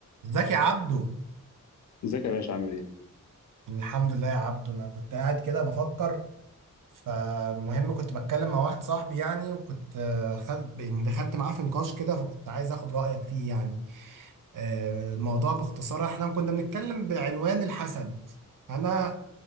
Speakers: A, on the right; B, on the left.
A: ازيك يا عبدو
B: ازيك يا باشا عامل ايه؟
A: الحمد لله يا عبدو انا كنت قاعد كده بفكر فالمهم كنت بتكلم مع واحد صاحبي يعني وكنت آه، خد يعني دخلت معاه في نقاش كده فكنت عايز اخد رأيك فيه يعني آه، الموضوع باختصار احنا كنا بنتكلم بعنوان الحسد انا